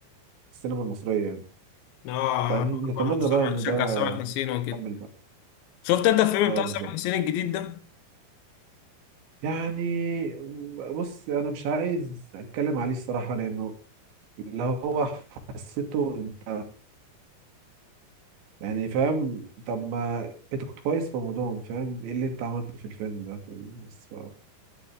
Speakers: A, on the right; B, on the left.
A: السينما المصرية يعني
B: اه
A: فنتمنى
B: برضه سامح
A: بقى ان
B: شجع
A: ده
B: سامح حسين وكده
A: يكمل بقى
B: شفت انت الفيلم
A: اه
B: بتاع
A: بالظبط
B: سامح حسين الجديد ده
A: يعني بص انا مش عايز اتكلم عليه الصراحة لانه اللي هو حسيته انت يعني فاهم طب ما انت كنت كويس في رمضان فاهم ايه اللي انت عملته في الفيلم ده في بس ف...